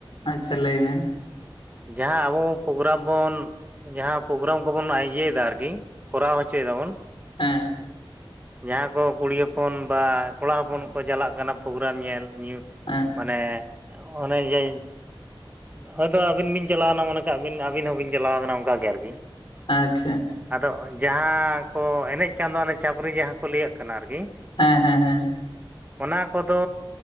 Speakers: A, on the left; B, on the right.
A: ᱟᱪᱪᱷᱟ ᱞᱟᱹᱭᱵᱮᱱ᱾
B: ᱡᱟᱦᱟᱸ ᱟᱵᱚ ᱯᱨᱳᱜᱨᱟᱢ ᱵᱚᱱ ᱡᱟᱦᱟᱸ ᱯᱨᱳᱜᱨᱟᱢ ᱠᱚᱵᱚᱱ ᱤᱭᱟᱹᱭᱮᱫᱟ ᱟᱨᱠᱤ ᱠᱚᱨᱟᱣ ᱦᱚᱪᱚᱭ ᱫᱟᱵᱚᱱ,
A: ᱦᱮᱸ,
B: ᱡᱟᱦᱟᱸ ᱠᱚ ᱠᱩᱲᱤ ᱦᱚᱯᱚᱱ ᱵᱟᱸ ᱠᱚᱲᱟ ᱦᱚᱯᱚᱱ ᱠᱚ ᱪᱟᱞᱟᱜ ᱠᱟᱱᱟ ᱯᱨᱳᱜᱨᱟᱢ ᱧᱮᱞ ᱧᱩ
A: ᱦᱮᱸ
B: ᱢᱟᱱᱮ ᱚᱱᱮ ᱡᱮ ᱦᱳᱭᱛᱚ ᱟᱹᱵᱤᱱ ᱵᱤᱱ ᱪᱟᱞᱟᱣᱱᱟ ᱢᱚᱱᱮ ᱠᱟᱜᱰᱤᱱ ᱟᱹᱵᱤᱱ ᱦᱚᱸᱵᱤᱱ ᱪᱟᱞᱟᱣ ᱟᱠᱟᱱᱟ ᱚᱱᱠᱟ ᱜᱮ ᱟᱨᱠᱤ᱾
A: ᱟᱪᱪᱷᱟ
B: ᱟᱫᱚ ᱡᱟᱦᱟᱸ ᱠᱚ ᱮᱱᱮᱡ ᱠᱟᱱ ᱫᱚ ᱪᱷᱟᱹᱯᱨᱤ ᱡᱟᱦᱟᱸ ᱠᱚ ᱞᱮᱭᱟᱹᱜ ᱠᱟᱱᱟ ᱟᱨᱠᱤ
A: ᱦᱮᱸ ᱦᱮᱸ ᱦᱮᱸ᱾
B: ᱚᱱᱟ ᱠᱚᱫᱚ